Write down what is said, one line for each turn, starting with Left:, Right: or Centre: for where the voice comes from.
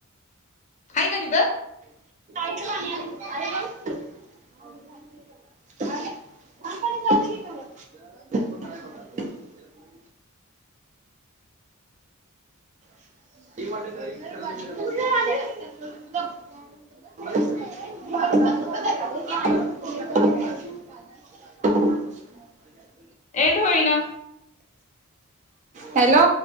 Left: आहे का तिथं.
Right: काय अरेव <unintelligible> अरे का <unintelligible>
Left: <inaudible>
Right: वा आ <unintelligible> <unintelligible> <inaudible>
Left: एंड होई ना.
Right: हॅलो.